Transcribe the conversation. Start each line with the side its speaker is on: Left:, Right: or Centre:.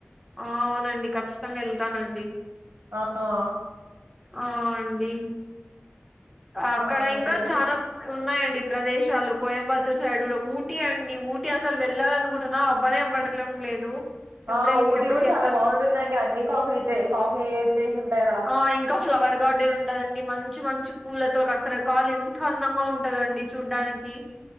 Centre: ఆ అవునండి ఖచ్చితంగా వెళ్తానండి.
Right: ఓహో
Centre: అ అండి అక్కడ
Right: ఆ ఇంకేంటండి
Centre: ఇంకా చాలా ఉన్నాయండి ప్రదేశాలు. కోయంబత్తూర్ సైడ్ కూడా ఊటీ అండి, ఊటీ అసలు వెళ్ళాలి అనుకుంటున్నా అబ్బనే అవ్వటమ్ లేదు. ఎప్పుడెళ్
Right: ఆ ఊటీ
Centre: ఎప్పటికెళ్తాం
Right: కూడా చాలా బాగుంటుందండి అన్నీ కాఫీ ట్రీస్ ఉంటాయి అక్కడ
Centre: ఆ ఇంకా ఫ్లవర్ గార్డెన్ ఉంటాయండి. మంచి మంచి పూలతో రకరకాలు ఎంతో అందంగా ఉంటాదండి చూడ్డానికి.